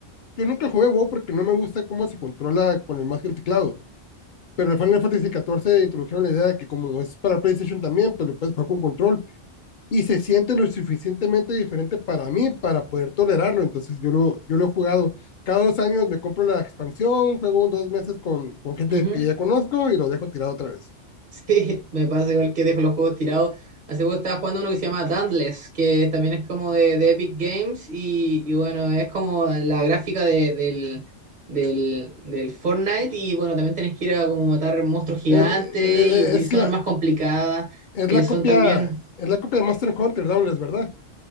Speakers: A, on the left (about 60°); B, on the right (about 45°).
A: Yo nunca jugué WoW porque no me gusta cómo se controla con el mouse y el teclado. Pero en Final Fantasy XIV introdujeron la idea de que como es para PlayStation también, pues lo puedes jugar con control y se siente lo suficientemente diferente para mí para poder tolerarlo. Entonces yo lo, yo lo he jugado. Cada dos años me compro la expansión, juego un dos meses con, con gente
B: Ujú.
A: que ya conozco y lo dejo tirado otra vez.
B: Sí, <laughs> me pasa igual que dejo los juegos tirados. Hace poco estaba jugando uno que se llama Dauntless, que también es como de, de Epic Games y, y bueno, es como la gráfica de- del, del, del Fortnite y bueno, también tenés que ir a como matar monstruos gigantes
A: Eh, eh,
B: y, y
A: es,
B: son
A: la,
B: armas complicadas.
A: es
B: Eh,
A: la
B: son
A: copia
B: también...
A: es la copia de Monster Hunter Downless, ¿verdad?